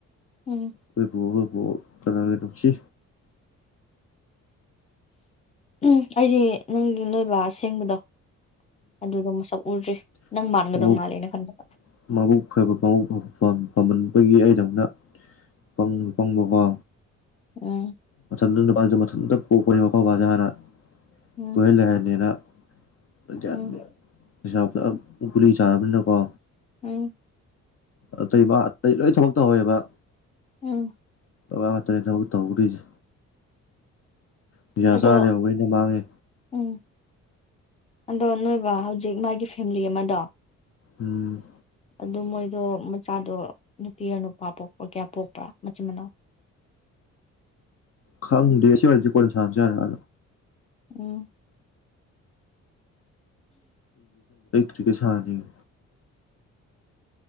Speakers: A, on the left; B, on the left.
A: ꯎꯝ
B: ꯑꯈꯣꯏ ꯄꯨꯒ <unintelligible> ꯐꯅꯗꯨꯝ ꯅꯨꯡꯁꯤ
A: ꯎꯝ ꯑꯩꯖꯤ ꯅꯪꯒꯤ ꯅꯣꯏꯕꯥ ꯑꯁꯦꯡꯕꯗꯣ ꯑꯗꯨꯗꯣ ꯃꯁꯛ ꯎꯗ꯭ꯔꯤ
B: <unintelligible>
A: ꯅꯪ ꯃꯥꯟꯒꯗꯧ ꯃꯥꯜꯂꯦ ꯑꯩꯅ ꯈꯟꯕꯗ
B: ꯃꯝꯈ꯭ꯔꯕꯕꯧ ꯐ ꯐꯃꯟꯕꯒꯤ ꯑꯩꯗꯧꯅ ꯄꯪ ꯄꯪꯕꯀꯣ
A: ꯎꯝ
B: ꯃꯊꯟ ꯅꯨꯄꯥꯁꯨ ꯃꯊꯟꯗ ꯄꯣꯛꯄꯅꯤꯅ <unintelligible>
A: ꯎꯝ
B: ꯀꯣꯏꯍꯟ ꯂꯥꯏꯍꯟꯅꯤꯅ <unintelligible> ꯄꯩꯥ
A: ꯎꯝ
B: ꯐꯝ ꯎꯛ ꯒꯨꯂꯤ ꯆꯥꯕꯅꯤꯅꯀꯣ
A: ꯎꯝ
B: ꯑꯇꯩ ꯃꯥ ꯑꯇꯩ ꯂꯣꯏ ꯊꯕꯛ ꯇꯧꯍꯧꯋꯦꯕ
A: ꯎꯝ
B: ꯕꯕꯥ ꯈꯛꯇꯅꯦ ꯊꯕꯛ ꯇꯧꯍꯧꯗ꯭ꯔꯤꯁꯦ ꯅꯤꯁꯥ
A: ꯑꯗꯣ
B: ꯆꯥꯔꯥ ꯂꯩꯍꯧꯕ ꯅꯤꯅ ꯃꯥꯡꯉꯦ
A: ꯎꯝ ꯑꯗꯣ ꯅꯣꯏꯕꯥ ꯍꯧꯖꯤꯛ ꯃꯥꯒꯤ ꯐꯦꯝꯂꯤ ꯑꯃꯗꯣ
B: ꯎꯝ
A: ꯑꯗꯨ ꯃꯣꯏꯗꯣ ꯃꯆꯥꯗꯣ ꯅꯨꯄꯤꯔ ꯅꯨꯄꯥ ꯄꯣꯛꯄ ꯀꯌꯥ ꯄꯣꯛꯄ꯭ꯔꯥ ꯃꯆꯤꯟ ꯃꯅꯥꯎ
B: ꯈꯪꯗꯦ ꯁꯤ ꯋꯔꯤꯁꯦ ꯀꯣꯟꯅ ꯁꯥꯔꯥꯁꯦ ꯌꯥꯔꯦ ꯑ
A: ꯎꯝ
B: ꯀ꯭ꯔꯤꯀꯦꯠꯁꯥꯟꯅꯅꯤꯡ